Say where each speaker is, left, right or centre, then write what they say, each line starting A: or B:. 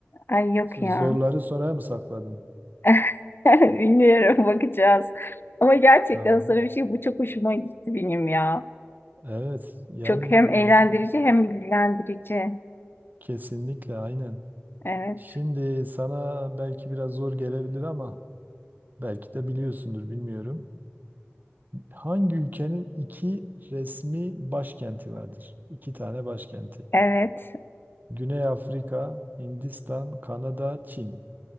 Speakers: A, on the left; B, on the right.
A: ay yok
B: Zorları
A: ya
B: sonraya mı sakladın?
A: <laughs> bilmiyorum bakacağız ama gerçekten
B: Tamam.
A: sana bir şey bu çok hoşuma gitti benim ya
B: Evet yani
A: çok hem
B: böyle
A: eğlendirici hem bilgilendirici
B: kesinlikle aynen.
A: evet
B: Şimdi sana belki biraz zor gelebilir ama belki de biliyorsundur bilmiyorum. Hangi ülkenin iki resmi başkenti vardır? İki tane başkenti.
A: evet
B: Güney Afrika, Hindistan, Kanada, Çin.